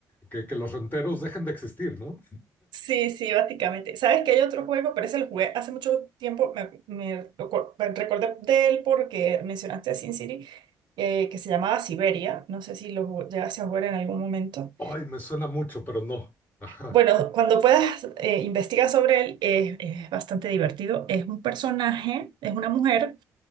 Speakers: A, on the left (about 20°); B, on the right (about 70°).
A: que, que los renteros dejen de existir, no
B: Sí, sí, básicamente. ¿Sabes que hay otro juego? Pero ese lo jugué hace mucho tiempo. Me, me recu- me recordé de él porque mencionaste a Sin City, eh, que se llamaba Siberia. No sé si lo jug- llegaste a jugar en algún momento.
A: Ay, me suena mucho, pero no. Ajá.
B: Bueno, cuando puedas eh, investigar sobre él, es, es bastante divertido. Es un personaje, es una mujer,